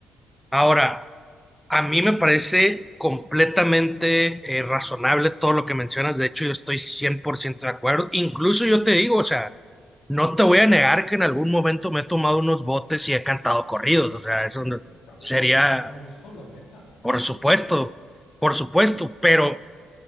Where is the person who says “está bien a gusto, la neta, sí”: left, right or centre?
Left